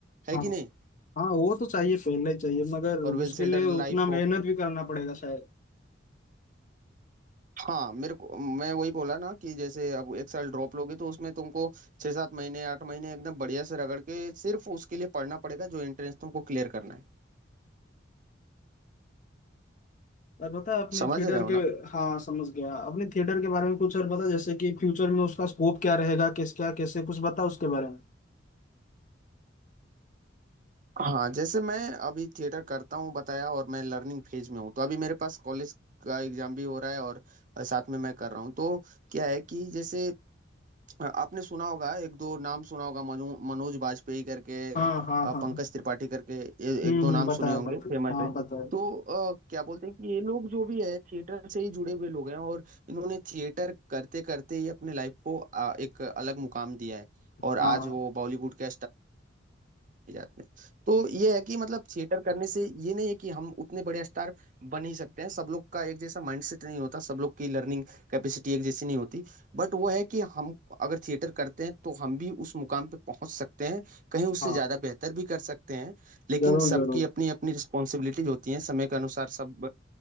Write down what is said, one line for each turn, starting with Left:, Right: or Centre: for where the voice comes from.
Right: है
Left: हाँ
Right: कि नहीं
Left: हाँ वो तो चाहिए पहले चाहिए मगर
Right: और वेल
Left: उसके
Right: सेटल्ड
Left: लिए उतना
Right: लाइफ
Left: मेहनत
Right: हो
Left: भी करना पड़ेगा शायद
Right: हाँ मेरे को मैं वही बोला ना कि जैसे अब एक साल ड्रॉप लोगे तो उसमें तुमको छः सात महीने आठ महीने एकदम बढ़िया से रगड़ के सिर्फ उसके लिए पढ़ना पड़ेगा जो एंट्रेंस तुमको क्लियर करना है
Left: और बता अपने
Right: समझ
Left: थिएटर
Right: रहे हो ना
Left: के हाँ समझ गया अपने थिएटर के बारे में कुछ और बता जैसे कि फ्यूचर में उसका स्कोप क्या रहेगा किस क्या कैसे कुछ बता उसके बारे में
Right: हाँ जैसे मैं अभी थिएटर करता हूँ बताया और मैं लर्निंग फेज में हूँ तो अभी मेरे पास कॉलेज का एग्जाम भी हो रहा है और साथ में मैं कर रहा हूँ तो क्या है कि जैसे आपने सुना होगा एक दो नाम सुना होगा मनो, मनोज बाजपेयी करके
Left: हाँ हाँ
Right: अ,
Left: हाँ
Right: पंकज त्रिपाठी करके ये
Left: हम्म
Right: एक दो
Left: हम्म
Right: नाम
Left: बताए
Right: सुने होंगे
Left: बताए
Right: फेमस
Left: हाँ
Right: है
Left: बताए
Right: तो अ, क्या बोलते हैं कि ये लोग जो भी है थिएटर से ही जुड़े हुए लोग हैं और इन्होंने थिएटर करते करते ही अपने लाइफ को अ, एक अलग मुकाम दिया है
Left: हाँ
Right: और आज वो बॉलीवुड के जात में तो ये है कि मतलब थिएटर करने से ये नहीं है कि हम उतने बड़े स्टार बन ही सकते हैं सब लोग का एक जैसा माइंडसेट नहीं होता सब लोग की लर्निंग कैपेसिटी एक जैसी नहीं होती बट वो है कि हम अगर थिएटर करते हैं तो हम भी उस मुकाम पे पहुंच सकते हैं कहीं उससे
Left: हाँ
Right: ज्यादा बेहतर भी कर सकते हैं लेकिन
Left: जरूर
Right: सबकी
Left: जरूर
Right: अपनी अपनी रिस्पॉन्सिबिलिटीज होती हैं समय के अनुसार सब